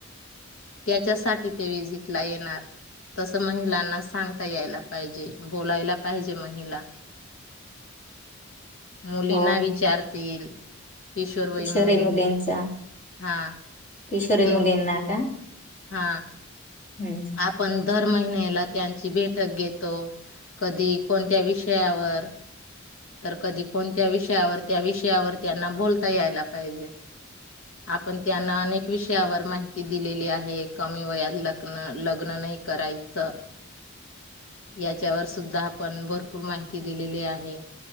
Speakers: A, on the left (about 70°); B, on the left (about 40°).
A: त्याच्यासाठी ते विजिटला येणार. तसं महिलांना सांगता यायला पाहिजे बोलायला पाहिजे महिला. मुलींना
B: हो
A: विचारतील किशोरवयीन
B: किशोरी
A: मुलींना
B: मुलींचा
A: हा
B: किशोरी
A: ते
B: मुलींना का?
A: हा.
B: हम्म.
A: आपण दर महिन्याला त्यांची बैठक घेतो. कधी कोणत्या विषयावर तर कधी कोणत्या विषयावर त्या विषयावर त्यांना बोलता यायला पाहिजे. आपण त्यांना अनेक विषयावर माहिती दिलेली आहे कमी वयात लक् लग्न नाही करायचं याच्यावर सुद्धा आपण भरपूर माहिती दिलेली आहे.